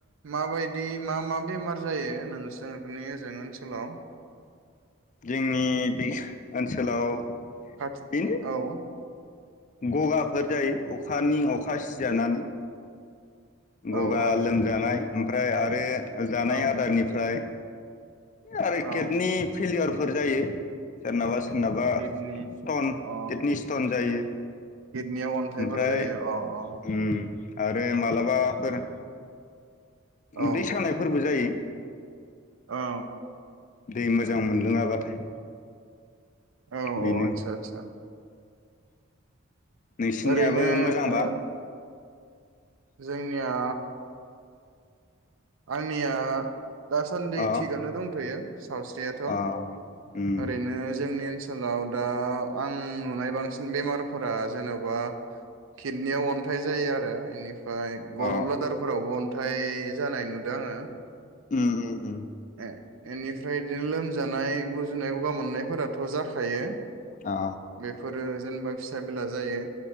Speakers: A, on the right; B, on the left.
A: माबायदि मा मा बेमार जायो नोंसोरनि ओजों ओनसोलाव?
B: जोंनि बे ओनसोलाव
A: <unintelligible>
B: बेनो
A: औ।
B: ग'गाफोर जायो अखानि अखा सिजानानै।
A: औ
B: ग'गा
A: औ
B: लोमजानाय ओमफ्राय आरो ओ जानाय
A: औ
B: आदारनिफ्राय आरो
A: औ
B: केडनि फेलियर फोर जायो सोरनाबास सोरनाबा
A: किडनि
B: स्टन
A: अ
B: किडनि स्टन जायो
A: किडनियाव अन्थाइफोर
B: ओमफ्राय
A: जायो अ अ
B: उम आरो मालाबा फोर
A: औ
B: उदै सानायफोरबो जायो।
A: औ।
B: दै मोजां मोनलोङाबाथाय।
A: औ औ
B: बेनो
A: आतसा आतसा।
B: नोंसिनियाबो
A: ओरैनो
B: मोजांबा‌
A: ओ जोंनिया आंनिया दासान्दि
B: अ
A: थिगानो दंथ'यो सावस्रियाथ'
B: अ उम
A: ओरैनो जोंनि ओनसो सोलाव दा आं नुनाय बांसिन बेमारफोरा जेन'बा किडनियाव अन्थाइ जायो आरो इनिफ फ्राय
B: अ
A: गल ब्लादारफोरावबो अन थाइ जानाय नुदों आङो।
B: उम उम उम।
A: ए एनिफ्राय बिदिनो लोमजानाय गुजुनाय ग'गा मोननायफोराथ' जाखायो।
B: अ
A: बेफोरो जेनेबा फिसा मेला जायो